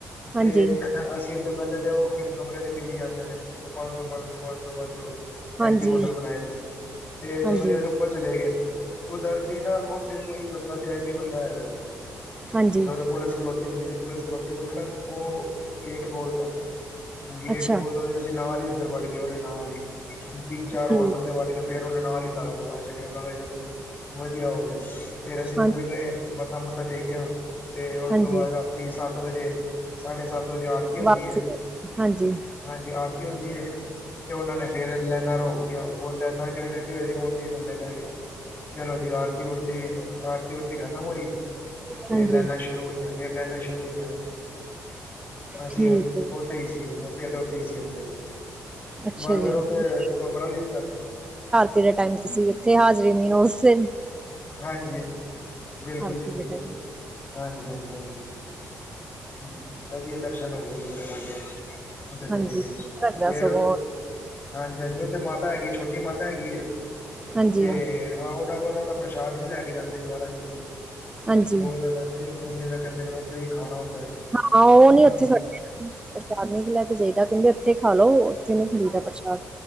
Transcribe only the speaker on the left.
ਤੇ ਅਸੀਂ ਉੱਥੇ ਪਹਿਲੇ ਤੇ ਉਹ ਕਮਰੇ ਤੇ ਮਿਲੀ ਜਾਂਦੇ ਨੇ ਉਹ ਪੰਜ ਸੌ ਪੰਜ ਸੌ ਪੰਜ ਸੌ ਪੰਜ ਸੌ
ਐਨਜੀ ਹੋਟਲ ਬਣਾਏ ਤੇ, ਨੇ ਤੇ
ਚਲੋ ਜੀ ਉਹਦੇ ਉੱਪਰ ਚਲੇ ਗਏ। ਕੁਦਰਤੀ ਨਾ ਉਹ ਤੇ, ਕੋਈ ਬੰਦਾ ਵੀ ਆਈ ਪੀ ਬੰਦਾ ਆਇਆ ਹੋਇਆ ਸੀ।
ਤੇ ਉਦੋਂ ਪੁਲਿਸ ਖਲੋਤੀ ਹੁੰਦੀ ਸੀ, ਪੁਲਿਸ ਖਲੋਤੀ ਉਹਨੇ ਨਾ, ਉਹ ਗੇਟ ਖੋਲਤਾ। ਗੇਟ
ਖੋਲਦਾ ਸੀ। ਅਸੀਂ ਨਾਲ ਹੀ ਅੰਦਰ ਵੱੜ ਗੇ ਉਰੇ ਨਾਲ ਹੀ ਤਿੰਨ ਚਾਰ ਹੋਰ
ਬੰਦੇ ਵੱੜ ਗਏ। ਫੇਰ ਉਹਨੇ ਨਾਲ ਹੀ ਤਾਲਾ ਲਗਾ ਛੱਡਿਆ। ਮੈਂ ਕਿਹਾ ਚਲੋ ਵਧੀਆ ਹੋ ਗਿਆ। ਫੇਰ ਅਸੀਂ ਅੰਦਰ
ਗਏ। ਮੱਥਾ-ਸੂੱਥਾ ਟੇਕਿਆ? ਤੇ ਉਸ
ਤੋਂ ਬਾਅਦ, ਰਾਤੀ ਸੱਤ ਵਜੇ, ਸਾਢੇ ਸੱਤ ਵਜੇ ਆਰਤੀ ਹੁੰਦੀ
ਹੈ।
ਹਾਂਜੀ, ਆਰਤੀ ਹੁੰਦੀ ਹੈ। ਤੇ ਉਹਨਾ ਨੇ ਫੇਰ ਲੈਣਾ ਰੋਕ। ਉਹ ਲੈਨਾ ਚ ਜਿਹੜੇ ਲੱਗੇ ਹੋਏ ਸੀ। ਉਹ ਤੇ ਥੱਲੇ ਪੈ ਗਏ, ਚਲੋ ਜੀ ਆਰਤੀ- ਉਰਤੀ ਆਰਤੀ ੁਰਤੀ ਖਤਮ ਹੋਈ। ਫੇਰ
ਲੈਣਾ ਸ਼ੁਰੂ ਹੋਈਆਂ- ਫੇਰ ਲੈਣਾ ਸ਼ੁਰੂ ਹੋਈਆਂ। ਹਾਂਜੀ,
ਉਹ
ਉਥੇ ਹੀ ਸੀ। ਉਹ ਮੁ ਮੌਕੇ ਤੇ ਉਥੇ ਹੀ ਸੀ, ਅੰਦਰ ਸੀ।
ਬਸ
ਫੇਰ ਉੱਥੇ
ਕਮਰਾ ਲਿੱਤਾ
ਹਾਂਜੀ- ਹਾਂਜੀ, ਬਿਲਕੁਲ
ਜੀ ਬਿਲਕੁਲ
ਹਾਂਜੀ- ਹਾਂਜੀ, ਹਾਂਜੀ। ਵਧੀਆ ਦਰਸ਼ਨ ਹੋ ਗਏ ਸੀ। ਜੀ ਸਾਡੇ। ਉਥੇ ਚਲੇ
ਗਏ ਸੀ
ਫੇਰ,
ਹਾਂਜੀ- ਹਾਂਜੀ, ਉੱਥੇ ਮਾਤਾ ਹੈਗੀ ਹੈ, ਛੋਟੀ ਮਾਤਾ ਹੈਗੀ ਹੈ। ਤੇ,
ਆਹ ਉਹ ਉਹਨਾਂ ਦਾ, ਪ੍ਰਸ਼ਾਦ ਵੀ ਲੈ ਕੇ ਜਾਂਦੇ ਜਵਾਲਾ ਜੀ।
ਬਨਾਂ ਦਾ ਚਿੰਤਪੁਰਨੀ ਦਾ ਕਹਿੰਦੇ ਨੇ, ਮ ਤੁ ਉਥੇ ਹੀ ਖਾਣਾ ਹੁੰਦਾ।
ਹਾਂ